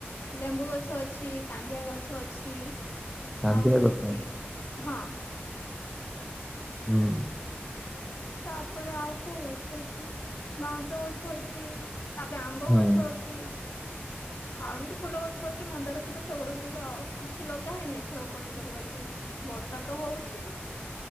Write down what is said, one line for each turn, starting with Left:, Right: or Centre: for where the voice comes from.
Left: ଲେମ୍ବୁ ଗଛ ଅଛି, କାନ୍ଦିଆ ଗଛ ଅଛି।
Centre: କାନ୍ଦିଆ
Left: ଆଉ ଏମିତି
Centre: ଗଛ।
Left: ହଁ।
Centre: ହୁଁ।
Left: ତାପରେ ଆଉ କୋଉ ଗଛ ଅଛି, ବାଉଁଶ <unintelligible> ଗଛ ଅଛି ତାପରେ ଆମ୍ବ
Centre: ହୁଁ
Left: ଗଛ ଅଛି। ଆଉ ଏମିତି ଫୁଲ ଗଛ ଅଛି ମନ୍ଦାର ଫୁଲ ଟଗର ଫୁଲ ଆଉ କିଛି ଲଗା ହେଇନି ଏଥର ପନିପରିବା ଟିକେ। ବର୍ଷା ତ ହଉଛି।